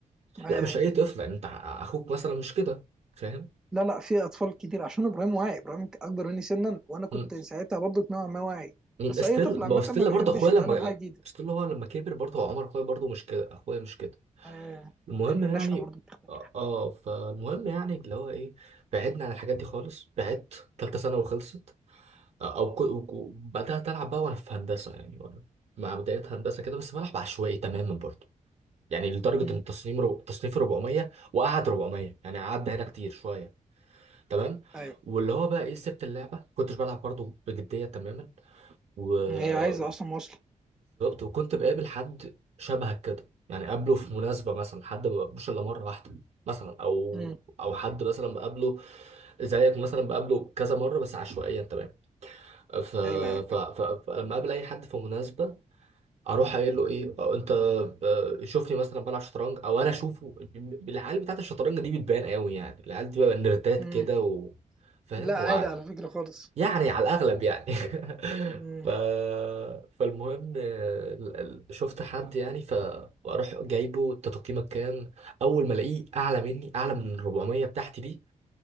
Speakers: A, in the centre; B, on the right (about 55°).
A: ايوه
B: لا مش
A: أيوة.
B: اي طفل يعني انت اخوك مثلا مش كده فاهم
A: لا لا في اطفال كتير عشان ابراهيم واعي ابراهيم اكبر مني سنا وانا كنت
B: مم.
A: ساعتها برضه نوعا ما واعي
B: مم.
A: بس
B: ستيل
A: اي طفل عامه
B: ما هو ستيل
A: ما بيحبش
B: برضه اخويا
A: يتعلم
B: لما
A: حاجه جديده
B: ستيل هو لما كبر برضه هو عمر اخويا برضه مش كده اخويا مش كده
A: آه
B: المهم
A: لان
B: يعني
A: النشأة برضه بتختلف
B: اه آه، فالمهم يعني اللي هو ايه بعدنا عن الحاجات دي خالص بعدت تالتة ثانوي خلصت او ك- بدات العب بقى وانا في هندسه يعني وانا مع بدايه هندسه كده بس بلعب عشوائي تماما برضه يعني لدرجه
A: مم.
B: ان التصميم رب... تصنيف 400 وقعد 400 يعني قعدنا هنا كتير شويه تمام
A: ايوه
B: واللي هو بقى ايه سبت اللعبه كنتش بلعب برضه بجديه تماما وبالظبط
A: هي عايزه اصلا مواصله
B: وكنت بقابل حد شبهك كده يعني قابله في مناسبه مثلا حد ما بقابلوش الا مره واحده مثلا او
A: مم.
B: او حد مثلا بقابله زيك مثلا بقابله كذا مره بس عشوائيا تماما ف...
A: ايوه ايوه
B: ف... ف... فلما اقابل اي حد في مناسبه اروح قايل له ايه أو انت ب- شوفني مثلا بلعب شطرنج او انا اشوفه ب- العيال بتاعت الشطرنج دي بتبان قوي يعني العيال دي بقى نردات
A: مم.
B: كده و... فاهم
A: لا
B: وع...
A: عادي على فكره خالص
B: يعني على الاغلب يعني <laughs>
A: مم.
B: ف... فالمهم آه، ال- ال- شفت حد يعني فاروح جايبه انت تقييمك كام اول ما الاقيه اعلى مني اعلى من 400 بتاعتي دي